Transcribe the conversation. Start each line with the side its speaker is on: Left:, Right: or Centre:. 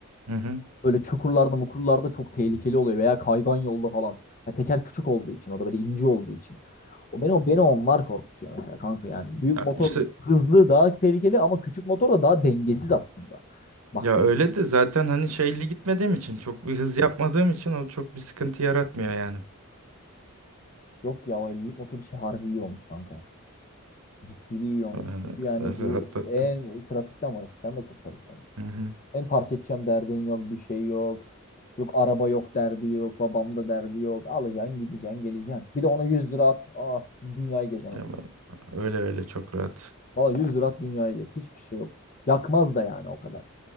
Right: Hı hı.
Left: Böyle çukurlarda, mukurlarda çok tehlikeli oluyor veya kaygan yolda falan. Ya teker küçük olduğu için o da böyle ince olduğu için. O beni, beni onlar korkutuyor mesela kanka yani. Büyük motor
Right: Evet.
Left: hızlı daha tehlikeli ama küçük motor da daha dengesiz aslında. Baktım.
Right: Ya öyle de zaten hani şeyli gitmediğim için çok bir hız yapmadığım için o çok bir sıkıntı yaratmıyor yani.
Left: Yok ya o 50'lik motor işi harbi iyi olmuş kanka. Ciddiliği iyi olmuş.
Right: Yani
Left: Çünkü yani
Right: e,
Left: bu
Right: Rahatlattım.
Left: en trafikten trafikten de kurtarır seni.
Right: Hı hı.
Left: En park edeceğim derdin yok, bir şey yok. Yok araba yok derdi yok, babam da derdi yok. Alacaksın, gideceksin, geleceksin. Bir de ona 100 lira at. Ah, dünyayı gez anasını.
Right: Ya ben- öyle öyle çok rahat.
Left: Valla 100 lira at, dünyayı gez. Hiçbir şey yok. Yakmaz da yani o kadar.